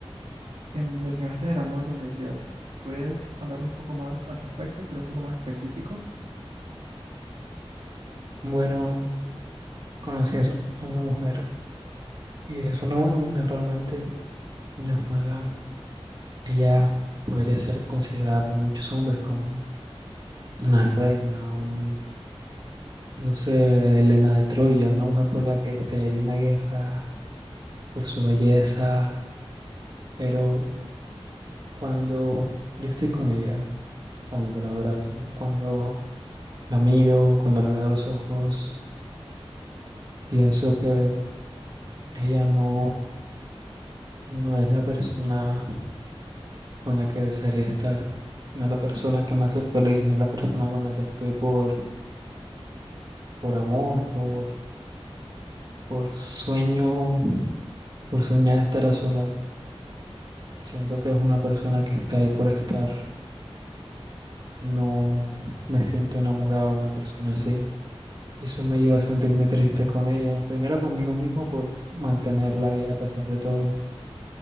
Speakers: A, on the right; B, on the right.
A: Em, Mencionaste el amor y la universidad. ¿Puedes hablar un poco más al respecto? ¿Ser un poco más específico?
B: Bueno, conocí a su- a una mujer y es una buena mujer realmente, no es mala. Ella
A: Ujú.
B: podría ser considerada por muchos hombres como una reina, un, no sé, Helena de Troya, una mujer por la que estallaría una guerra por su belleza Pero cuando yo estoy con ella, cuando la abrazo, cuando la miro, cuando la veo a los ojos, pienso que ella no, no es la persona con la que desearía estar, no es la persona que me hace feliz, no es la persona con la que estoy por, por amor, por, por sueño, por soñar estar a su lado. Siento que es una persona que está ahí por estar. No me siento enamorado de una persona así. eso me lleva a sentirme triste con ella. Primero conmigo mismo por mantenerla ahí a pesar de todo.